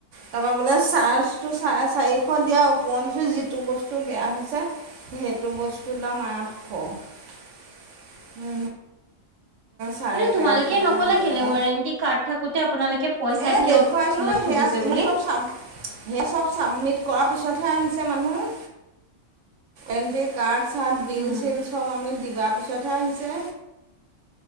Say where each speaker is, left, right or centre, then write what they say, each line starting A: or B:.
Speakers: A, on the right (about 65°); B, on the right (about 30°).
A: তাৰপা বোলে চাৰ্জ চ চাৰিশ দিয়া ওপ যিটো বস্তু বেয়া হৈছে। সেইটো বস্তুৰ দাম আঠশ। চাৰে
B: এইটো তোমালোকে
A: তেৰশ টকা
B: নকলা
A: দিব
B: কেলে
A: লগা
B: ৱৰেন্টি কাৰ্ড থাকোতে আপোনালোকে পইছা
A: এই
B: কিয়
A: দেখুৱাইছোঁ নহয়
B: খুজিছে
A: সেয়া সেই
B: বুলি
A: চব চ সে চব চাবমিট কৰাৰ পিছত <unintelligible> আহিছে মানুহ এটি কাৰড চাত বিল
B: উম।
A: চিল চব আমি দিবা পিছতহে আহিছে।